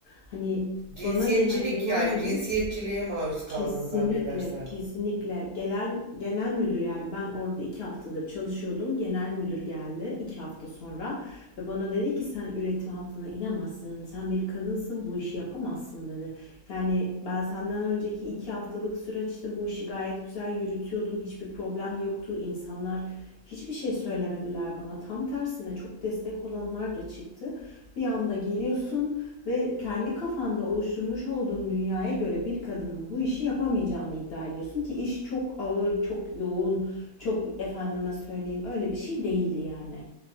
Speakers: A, on the left; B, on the right.
A: Hani
B: Cinsiyetçilik
A: bana gelen genel
B: yani
A: müdür
B: cinsiyetçiliğe maruz kaldığını
A: Kesinlikle,
B: zannedersem.
A: kesinlikle. Gelen genel müdür yani ben orada iki haftadır çalışıyordum. Genel müdür geldi iki hafta sonra ve bana dedi ki sen üretim hattına inemezsin. Sen bir kadınsın bu işi yapamazsın dedi. Yani ben senden önceki iki haftalık süreçte işte bu işi gayet güzel yürütüyordum. Hiçbir problem yoktu. İnsanlar hiçbir şey söylemediler bana. Tam tersine çok destek olanlar da çıktı. Bir anda geliyorsun ve kendi kafanda oluşturmuş olduğun dünyaya göre bir kadının bu işi yapamayacağını iddia ediyorsun ki iş çok ağır, çok yoğun, çok efendime söyleyeyim öyle bir şey değildi yani.